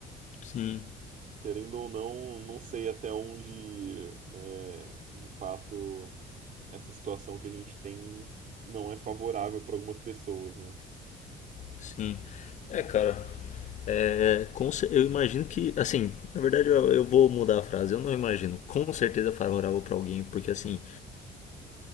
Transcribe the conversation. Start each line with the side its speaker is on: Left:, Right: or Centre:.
Left: Sim,
Right: Querendo ou não, não sei até onde né, de fato essa situação que a gente tem não é favorável para algumas pessoas, né?
Left: sim. É, cara. É, com eu imagino que, assim, na verdade eu, eu vou mudar a frase. Eu não imagino com certeza é favorável para alguém, porque assim,